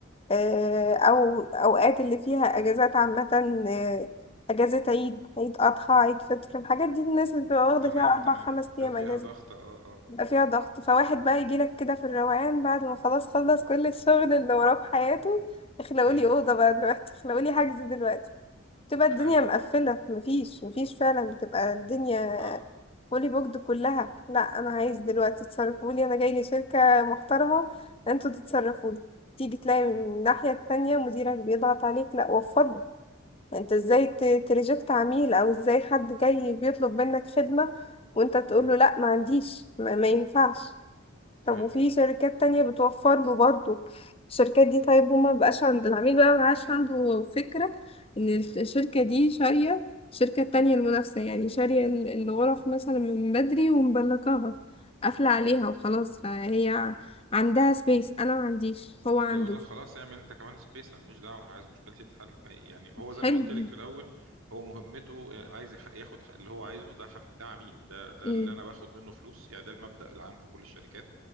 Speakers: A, on the left (about 30°); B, on the right (about 85°).
A: آه، أو أوقات اللي فيها أجازات عامة آه، أجازة عيد عيد أضحى عيد فطر الحاجات دي الناس اللي بتبقى واخدة
B: تمام
A: فيها أربع
B: تمام
A: خمس
B: بيبقى
A: أيام
B: فيها
A: أجازة
B: ضغط اه اه
A: بيبقى فيها ضغط فواحد بقى يجيلك كده في الروقان بعد ما خلاص خلص كل الشغل اللي وراه في حياته اخلقولي
B: امم
A: أوضة بقى دلوقتي اخلقولي حجز دلوقتي تبقى الدنيا
B: حالا
A: مقفلة
B: اه
A: مفيش مفيش فعلا بتبقى الدنيا
B: اه
A: فولي بوكد كلها لا انا عايز دلوقتي تصرفولي انا جاي لي شركة محترمة انتوا تتصرفولي تيجي تلاقي من
B: امم
A: الناحية التانية مديرك بيضغط عليك لا وفضله انت ازاي ت- تريجكت عميل او ازاي حد جاي بيطلب منك خدمة وانت تقول
B: امم
A: له لا ما عنديش ما, ما ينفعش طب
B: اي
A: وفي شركات تانية بتوفر له برضه الشركات دي طيب هو ما بقاش عند العميل بقى ما بقاش عنده فكرة ان الشركة دي شارية الشركة التانية المنافسة يعني شارية ال- الغرف مثلا من بدري ومبلكاها قافلة عليها وخلاص فهي عندها سبيس انا ما عنديش هو عنده
B: هيقول لك خلاص اعمل انت كمان سبيس انا مش دعوه انا عايز مشكلتي تتحل يعني هو زي
A: حلو
B: ما قلت لك في الاول هو مهمته آه، عايز يح- ياخد ح- اللي هو عايزه ده حم- ده عميل ده ده
A: مم.
B: اللي انا باخد منه فلوس يعني ده المبدأ العام في كل الشركات